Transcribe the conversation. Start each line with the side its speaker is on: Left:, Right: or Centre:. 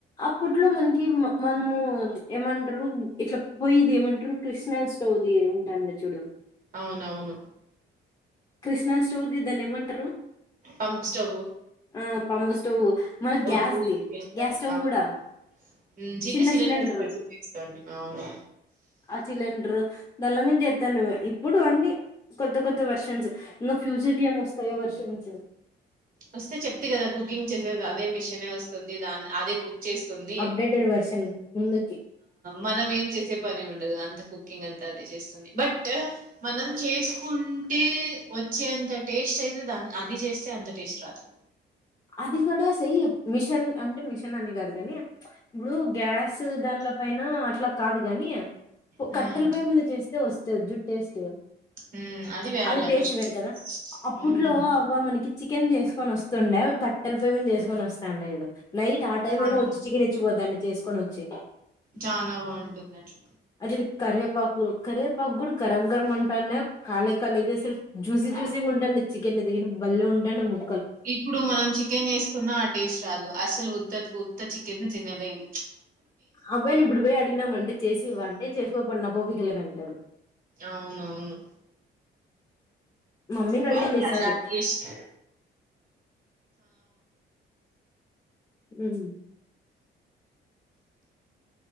Left: అప్పట్లో మనకి మనము ఏమంటారు ఇట్లా పోయిది ఏమంటారు కృష్నా స్టోది ఉంటాండి చూడు
Right: అవునవును.
Left: కృష్ణా చౌద్దద్ద నిమ్ంటారు
Right: పంప్ స్టవ్
Left: ఆ పంపు స్టవ్ మన గ్యాస్దిి
Right: ఒత్తులు చేస్తారు.
Left: గ్యాస్ స్టవ్
Right: అవును.
Left: కూడా
Right: హ్మ్.
Left: చిన్న
Right: సిలిండర్స్
Left: సిలిండర్
Right: పెట్టి చేస్తాంటిమి. అవును.
Left: ఆ సిలిండర్ ధల్లమద చేద్దాను నువవు ఇప్పుడు అన్నీ కొద్త్త కొద్త్త వర్షంస్ ఇ ఫ్యూచర్ క ఏం వస్తాయి వర్షం నుంచి
Right: వస్తే చెప్తే కదా కుకింగ్ చేసేది అదే మిషన్ వస్తుంది దాని అదే కు చేస్తుంది
Left: అప్డేటెడ్ వర్షన్ ముందుకి
Right: మనం ఏం చేసే పని ఉండదు అంతకు కుంగ్ అంత అదిే చేస్తుంది బట్ మనం చేసుకుంటే వచ్చేంత టేస్ట్ అయితే దా అది చేస్తే అంత అష్ట రాత్ర
Left: అది కూడా స్య మిషన్ అంటే మిషన్ అని కాదు కానీ ఇప్పుడు గ్యాస్ దానిలో పైన లా కాదుగానీ
Right: హ్మ్.
Left: కట్టెల పయ మీద చేస్తే వస్తుంది జుట్టేస్ే
Right: హ్మ్. వేరే
Left: అది
Right: లెవెల్.
Left: టేస్ట్ వేరు కదా అప్పుట్లో
Right: హ్మ్.
Left: అవ్వ మనకి చికెన్ జేసుకొని వస్తుండే కట్టెలు పోయి మీంద జేసుకొని వస్తాండు జూడు నైట్ ఆ టైమ్
Right: చానా,
Left: అయినా వచ్చి చికెన్ ఇచ్చిపోతాండ చేసుకొని వచ్చి
Right: చానా బాంటుంది అట్ల
Left: ఇది కరవేపాకు కరవేపాకు గూడా కరం కరం ఉంటాండ్య కాళే కాలేవి అసలు జూసి జూసి గా ఉంటాండ్య చికెన్ దగర బలే ఉంటాండ్య ము
Right: ఇప్పుడు మనం చి చికెన్ చేసుకున్నా ఆ టేస్ట్ రాదు అసలు ఉత్త ఉత్త చికెన్ తినలేం
Left: అబ్బాయిని ఇప్పుడిబెయ్ అడిగినామంటే చేసి ఇవ్వంటే చేసుకో నాకోపిక లేదు అంటాది
Right: ఆవునవును
Left: మమ్మీని
Right: బావుంటాందా
Left: అడగాలి ఈసారి
Right: టేస్ట్
Left: హ్మ్